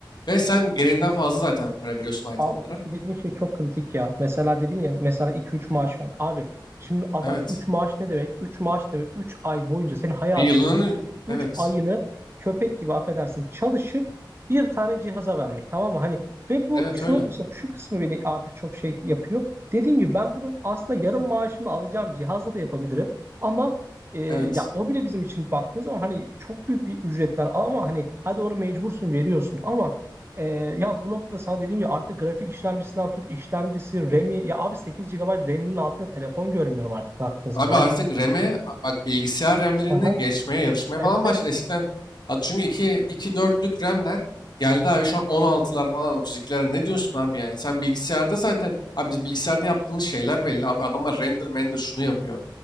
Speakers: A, on the left; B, on the right.
A: Ve sen gereğinden fazla zaten para veriyorsun iPhone'lara.
B: Abi şu dediğin şey çok kritik ya. Mesela dedin ya mesela iki üç maaş var. Abi şimdi adam
A: Evet.
B: 3 maaş ne demek? 3 maaş demek 3 ay boyunca senin hayatındaki
A: Bir yılının...
B: üç
A: Evet.
B: ayını köpek gibi affedersin çalışıp bir tane cihaza vermek tamam mı? Hani ve bu
A: Evet
B: şunu
A: öyle.
B: işte şu kısmı beni artık çok şey yapıyor. Dediğim gibi ben bunu aslında yarım maaşımla alacağım cihazla da yapabilirim. Ama e,
A: Evet.
B: ya o bile bizim için baktığın zaman hani çok büyük bir ücretler ama hani hadi onu mecbursun veriyorsun ama ee, ya bu noktada sana dediğim gibi artık grafik işlemcisinden tut işlemcisi, RAM'i ya abi 8 gigabayt RAM'inin altında telefon görmüyorum artık baktığın zaman.
A: Abi
B: Hani.
A: artık reme bak bilgisayar RAM'lerini
B: Aha.
A: geçmeye yarışmaya
B: Evet
A: falan başladı.
B: evet.
A: Eskiden at çünkü iki 2 4'lük RAM'ler geldi abi şu an on altılar falan otuz ikilere ne diyorsun abi yani? Sen bilgisayarda zaten abi biz bilgisayarda yaptığımız şeyler belli. Abi adamlar render render şunu yapıyor